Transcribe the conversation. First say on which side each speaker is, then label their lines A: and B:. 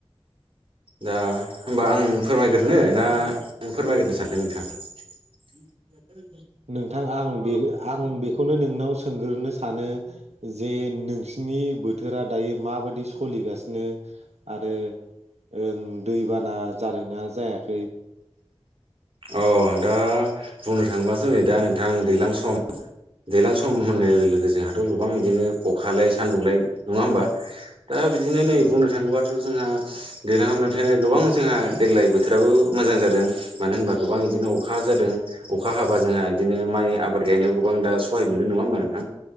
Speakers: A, on the right (about 55°); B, on the right (about 85°).
A: दा होमबा आं फोरमायग्रो ना फोरमायग्रो सानगोन नोंथाङा <inaudible>
B: नोंथां आं बे आं बेखौनो नोंनाव सोंग्रोनो सानो जे नोंसिनि बोथोरा दायो माबायदि सोलिगासिनो आरो ओं दैबाना जादोंना जायाखै
A: अ दा बुंनो थाङोबासो नै दा नोंथां दैज्लां सम दैलां सम होननाय लोगो लोगो जोंहाथ' गोबां बिदिनो खखालाय सान्दुंलाय नङा होमबा दा बिदिनो नै
B: नोंगौ
A: बुंनो थाङोबाथ' जोंहा देरना हाबनानै थाखायनो गोबां जोंहा देग्लाय बोथोराबो मोजां जादों मानो होनबा गोबां बिदिनो अखा जादों अखा हाबा जोंहा बिदिनो माइ आबाद गायनायाव गोबां दा सहाय मोननाय नङा होमबा नोंथां